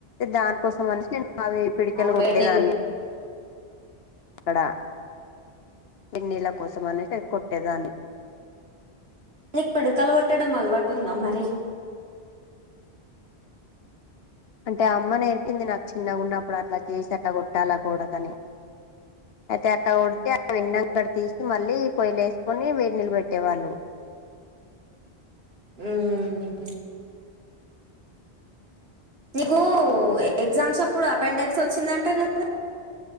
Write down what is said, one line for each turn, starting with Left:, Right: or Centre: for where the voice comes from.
Left: దాని కోసం అనేసి అవి పిడికెలు
Right: అవును
Left: కొట్టేదాన్ని
Right: వేడి నీళ్ళు
Left: అక్కడ పిన్నీళ్ల కోసం అనేసి ఎ కొట్టేదాన్ని
Right: నిక్ పిడకలు కొట్టడం అలవాటు ఉందా మరి
Left: అంటే అమ్మ నేర్పింది నాక్ చిన్నగా ఉన్నప్పుడు అట్లా చేసి అట్లా కొట్టాలా కొడకాని అయితే అట్ట కొడితే ఆ వెన్నక్కడ తీసి మళ్ళీ పొయ్యిలేస్కొని వేడి నిళ్బెట్టేవాళ్ళు
Right: <unintelligible> నీకు ఎగ్జామ్స్ అప్పుడు ఆపండెక్స్ ఓచ్చిందంట కదా